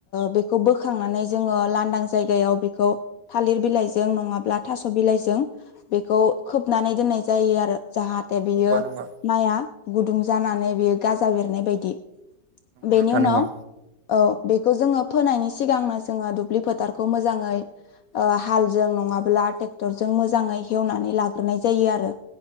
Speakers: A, on the left (about 70°); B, on the right (about 80°).
A: बे बोखांनानै जोङो लांदां जायगायाव बेखौ थालिर बिलाइ नङाब थ बेखौ खोबनानै दनाय जायो‌आरो जाहाथे दा बेयो
B: नंगौ नंगौ
A: माइआ गुदुं जानानै बेयो गाजा बेरनाय बायदि बेनिउनाव
B: नोंथां नंगौ
A: औ बेखौ जोङो फोनायनि सिगांनो जोङो दुब्लि फोथारखौ मोजाङै हाल जों नङाब्ला ट्रेक्टरजों मोजाङै हेवनानै लाग्रोनाय जायो आरो